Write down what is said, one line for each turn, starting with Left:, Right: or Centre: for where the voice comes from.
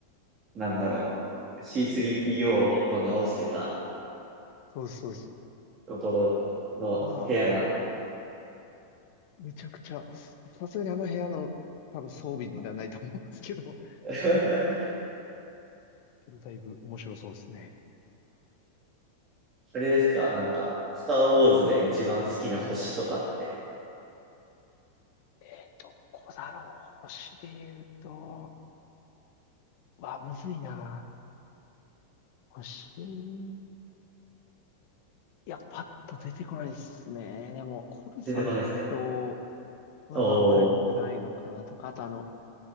Right: なんだろう、C3PO をこう直してた
Left: そうですそうです。
Right: ところの部屋が。
Left: うわ、めちゃくちゃ、ささすがにあの部屋の多分装備まではないと思うんですけど。
Right: <laughs>
Left: けど、だいぶ面白そうですね。
Right: あれですかなんか、スターウォーズで一番好きな星とかって
Left: えどこだろう。星で言うと、わ、むずいな。星、いや、パッと出てこないですね。でも、コルさんと
Right: 出てこないですか
Left: はまあ悪くないのかなとか、
Right: おー。
Left: あとあの、